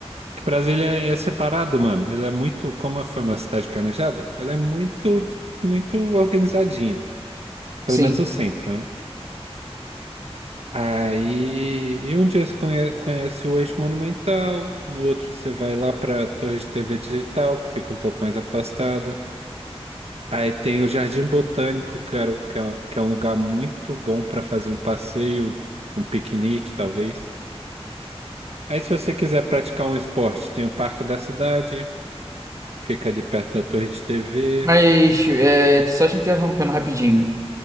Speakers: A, on the right (about 70°); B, on the right (about 30°).
A: Que Brasília é é separado, mano. Ela é muito, como foi uma cidade planejada, ela é muito, muito organizadinha. Pelo
B: Sim,
A: menos o centro, né? Aí, e um dia você conhe- conhece o Eixo Monumental, no outro você vai lá pra Torre de TV Digital, que fica um pouco mais afastada. Aí tem o Jardim Botânico, que, era, o- que, é, que é um lugar muito bom pra fazer um passeio, um piquenique, talvez. Aí, se você quiser praticar um esporte, tem o Parque da Cidade, que fica ali perto da Torre de TV.
B: mas é, só te interrompendo rapidinho.